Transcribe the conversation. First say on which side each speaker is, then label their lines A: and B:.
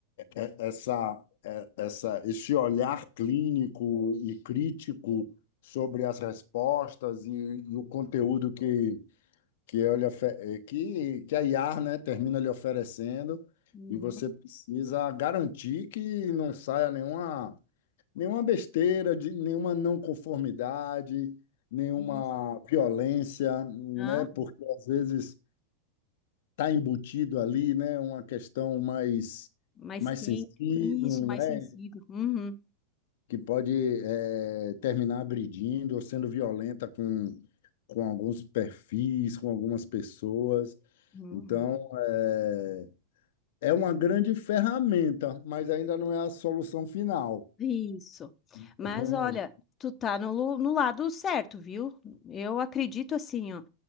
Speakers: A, on the left; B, on the left.
A: é, essa, é, essa, esse olhar clínico e crítico sobre as respostas e, e o conteúdo que, que, eu lhe ofe- eh, que, que a IAR, né, termina lhe oferecendo,
B: Uhum.
A: e você precisa garantir que não saia nenhuma, nenhuma besteira, de, nenhuma não conformidade, nenhuma
B: Isso.
A: violência, né,
B: Hã?
A: porque às vezes está embutido ali, né, uma questão mais
B: Mais
A: mais
B: quente.
A: sensível,
B: Isso, mais
A: né?
B: sensível. Uhum,
A: que pode eh, terminar agredindo ou sendo violenta com, com alguns perfis, com algumas pessoas.
B: uhum.
A: Então, eh, é uma grande ferramenta, mas ainda não é a solução final.
B: Isso.
A: Então,
B: Mas olha, tu tá no, lu- no lado certo, viu? Eu acredito assim, ó,